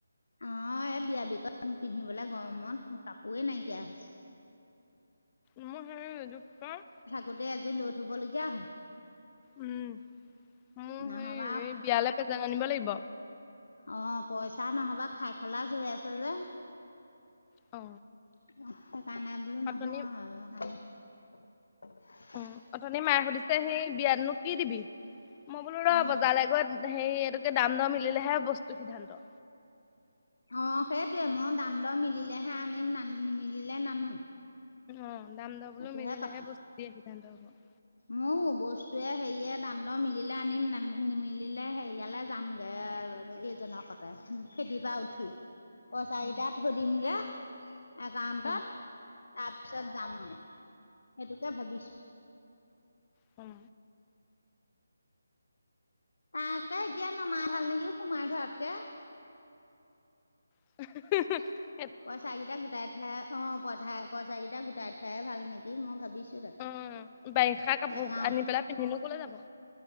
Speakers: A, on the left; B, on the left.
A: অ এই বিয়া বিকত পিন্ধিবলৈ গৰমত কাপোৰে নাইকিয়া হৈছে
B: মোৰ হেৰি এইজো কি কয়
A: গোদে এযোৰ লৈ থবলগীয়া হয়
B: উম মোৰ
A: নহ'বা
B: হেই এই বিয়ালে প্ৰেজেণ্ট আনিব লাগিব
A: অ পইচা নহবা খাই খেলাজ হৈ আছে যে
B: অ
A: সেই কাৰণে বোলো নহয়
B: অথনি
A: হেৰি
B: উ অথনি মায়ে সুধিছে সেই বিয়াতনো কি দিবি মই বোলো ৰ
A: অঁ
B: বজাৰলৈ গৈ হেৰি এইটোকি দাম দৰ মিলেহে বস্তু সিদ্ধান্ত
A: অ সেইটোৱে মই দাম দৰ মিলেহে আনিম নান নিমিলে নানো
B: অ দাম দৰবোৰ
A: সেইটোহে
B: মিলিলেহে
A: কথা
B: বস্তু দিয়াৰ সিদ্ধান্ত হ'ব
A: মোৰ বস্তুৱয়ে হেৰিয়ে দাম দৰ মিলে আনিম নিমিলিলে সেৰিয়ালে যামগে এ এইজনৰ সতে খেতি বা উঠি পইচা
B: উম
A: কেইটাত থৈদিমগে একাউন্টত
B: উম
A: তাৰপিছত যাম সেইটোকে ভাবিছো
B: সম
A: তাকে এতিয়া নমাই ভাল নেকি সোমাই ধৰাতকে
B: উ হো হো
A: পইচা কেইটা গোটাই থোৱ অ পইচা পইচা কেইটা গোটাই থোৱাইে ভাল নেকি মই ভাবিছো তাকে
B: উম বাৰিষা কাপোৰ
A: একাউণ্ট
B: আনি পেলাই পিন্ধিনো কলে যাব